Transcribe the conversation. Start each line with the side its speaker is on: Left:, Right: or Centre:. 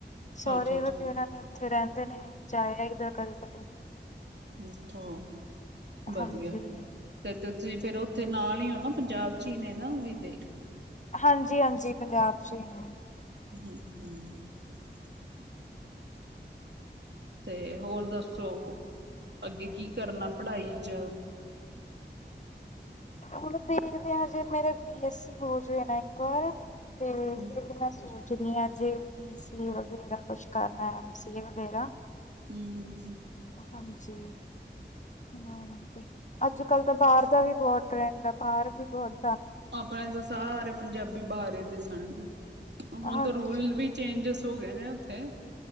Left: ਸਹੁਰੇ
Right: ਅੱਛਾ ਅੱਛਾ
Left: ਵਗੈਰਾ ਨੇ। ਉੱਥੇ ਰਹਿੰਦੇ ਨੇ, ਜਾਏ ਆਈਦਾ ਕਦੇ-ਕਦੇ।
Right: ਅੱਛਾ ਵਧੀਆ
Left: ਹਾਂਜੀ ਹਾਂਜੀ
Right: ਤੇ ਤੁਸੀਂ ਫੇਰ ਉੱਥੇ ਨਾਲ ਹੀ ਹੋ ਨਾ? ਪੰਜਾਬ ਚ ਹੀ ਨੇ ਨਾ ਉਹ ਵੀ ਤੇ।
Left: ਹਾਂਜੀ-ਹਾਂਜੀ, ਪੰਜਾਬ ਚ ਹੀ ਨੇ।
Right: ਹੂੰ। ਤੇ ਹੋਰ ਦੱਸੋ ਅੱਗੇ ਕੀ ਕਰਨਾ ਪੜ੍ਹਾਈ ਚ?
Left: ਹੁਣ ਦੇਖਦੇ ਹਾਂ ਜੇ ਮੇਰੇ ਬੀ ਐੱਸ ਸੀ ਹੋਜਏ ਨਾ ਇੱਕ ਵਾਰ ਤੇ
Right: ਹਮ
Left: ਫਿਰ ਮੈਂ ਸੋਚਦੀ ਆਂ। ਜੇ ਬੀ ਸੀ ਏ ਵਗੈਰਾ ਕੁਛ ਕਰਨਾ, ਐਮ ਸੀ ਏ ਵਗੈਰਾ।
Right: ਹੂੰ, ਹੂੰ, ਹੂੰ।
Left: ਹਾਂਜੀ, ਹਾਂਜੀ ਅੱਜ ਕਲ ਤਾਂ ਬਾਹਰ ਦਾ ਵੀ ਬਹੁਤ ਟਰੈਂਡ ਆ ਬਾਹਰ ਵੀ ਬਹੋਤ
Right: ਆਪਣੇ ਤਾਂ ਸਾਰੇ ਪੰਜਾਬੀ ਬਾਹਾਰ ਈ ਦਿਸਣਗੇ। ਹੁਨ
Left: ਹਾਂਜੀ
Right: ਤੇ ਰੂਲ ਵੀ ਚੇਂਜਸ ਹੋ ਗੇ ਨੇ ਉੱਥੇ।